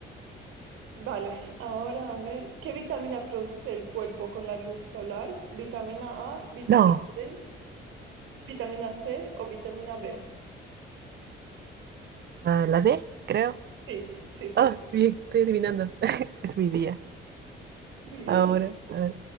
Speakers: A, on the right; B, on the right.
A: Vale, ahora a ver, ¿qué vitamina produce el cuerpo con la luz solar? ¿Vitamina A, vitamina
B: No,
A: D, vitamina C o vitamina B?
B: ah, la D, creo.
A: Sí, sí, sí,
B: Ah,
A: sí.
B: bien, estoy adivinando. <laughs> Es mi día.
A: Muy bien.
B: Ahora, a ver,